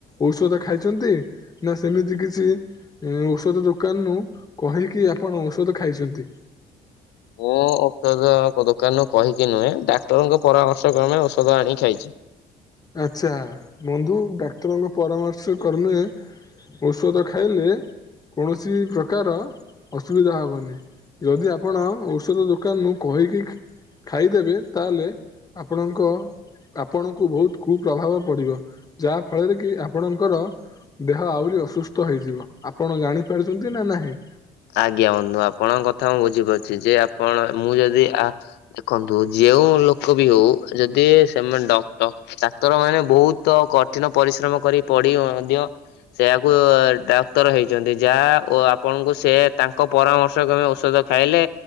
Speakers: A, on the left; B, on the left.
A: ଔଷଧ ଖାଇଛନ୍ତି ନା ସେମିତି କିଛି ଔଷଧ ଦୋକାନରୁୁ କହିକି ଆପଣ ଔଷଧ ଖାଇଛନ୍ତି।
B: ମୁଁ ଔଷଧ ଦୋକାନରୁୁ କହିକି ନୁହେଁ ଡାକ୍ତରଙ୍କ ପରାମର୍ଶ କ୍ରମେ ଔଷଧ ଆଣି ଖାଇଛି।
A: ଆଚ୍ଛା ବନ୍ଧୁ ଡାକ୍ତରଙ୍କ ପରାମର୍ଶ କ୍ରମେ ଔଷଧ ଖାଇଲେ କୌଣସି ପ୍ରକାର ଅସୁବିଧା ହବନି। ଯଦି ଆପଣ ଔଷଧ ଦୋକାନରୁୁ କହିକି ଖାଇଦେବେ ତାହେଲେ ଆପଣଙ୍କ ଆପଣଙ୍କୁ ବହୁତ୍ କୁପ୍ରଭାବ ପଡ଼ିବ ଯାହାଫଳରେ କି ଆପଣଙ୍କର ଦେହ ଆହୁରି ଅସୁସ୍ଥ ହେଇଯିବ ଆପଣ ଜାଣିପାରୁଛନ୍ତି ନା ନାହିଁ।
B: ଆଜ୍ଞା ବନ୍ଧୁ ଆପଣଙ୍କ କଥା ମୁଁ ବୁଝିପାରୁଛି ଯେ ଆପଣ ମୁଁ ଯଦି ଆ ଦେଖନ୍ତୁ ଯିଏ ଯୋଉଁ ଲୋକ ବି ହଉ ଯଦି ସେମାନେ ଡକ୍ଟ ଡାକ୍ତର ମାନେ ବହୁତ କଠିନ ପରିଶ୍ରମ କରି ପଡି ମଧ୍ୟ ସେୟାକୁ ଡାକ୍ତର ହେଇଛନ୍ତି ଯାହା ଓ ଆପଣଙ୍କୁ ସେ ତାଙ୍କ ପରାମର୍ଶ କ୍ରମେ ଔଷଧ ଖାଇଲେ